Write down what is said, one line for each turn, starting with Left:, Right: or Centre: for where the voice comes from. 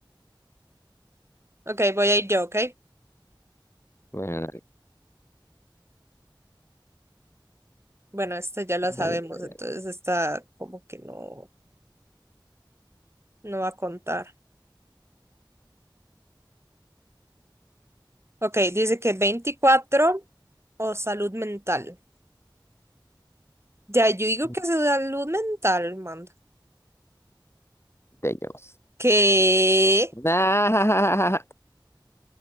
Right: Ok, voy a ir yo, ¿ok?
Left: Bueno, dale,
Right: Bueno, esta ya la
Left: dale,
Right: sabemos,
Left: dale,
Right: entonces esta como que no, no va a contar. Ok, dice que veinticuatro o salud mental. Ya, yo digo
Left: dale.
Right: que es salud mental, manda.
Left: De ellos.
Right: ¿Qué?
Left: <laughs> Ah,